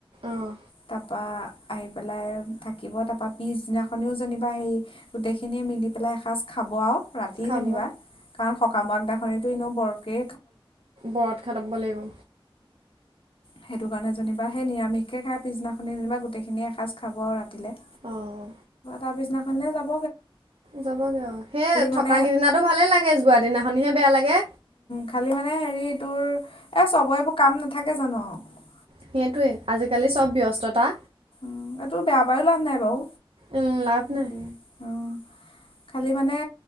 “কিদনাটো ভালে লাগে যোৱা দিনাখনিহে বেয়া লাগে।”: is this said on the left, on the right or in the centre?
Right